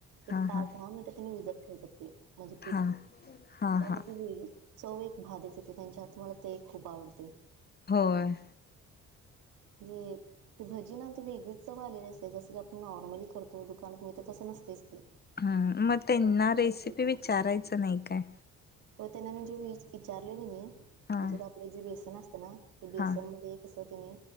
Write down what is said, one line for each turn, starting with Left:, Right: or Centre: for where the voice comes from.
Right: एक
Left: हा
Right: पाच
Left: हा
Right: दहा मिनिटात त्यां विजत ठेवतात ते म्हणजे पीठ
Left: हा हा
Right: त्यामध्ये
Left: हा
Right: ती वेगळी चव एक भाधच येते त्यांच्या हात मला ते खूप आवडते
Left: होय
Right: जे ते भजी ना ते वेगळीच चव आलेली असते जस की आपण नॉर्मली करतो दुकानात मी तर तसं नसतेच ते
Left: हम मग
Right: त्याला
Left: त्यांना
Right: चवच
Left: रेसिपी
Right: वेगळी
Left: विचारायचं नाही काय
Right: हो त्यांना मी जे वि विचारलेले मी
Left: हा
Right: म्हणजेकडे जे बेसन असते ना बेसन
Left: हा
Right: मध्ये कस तिने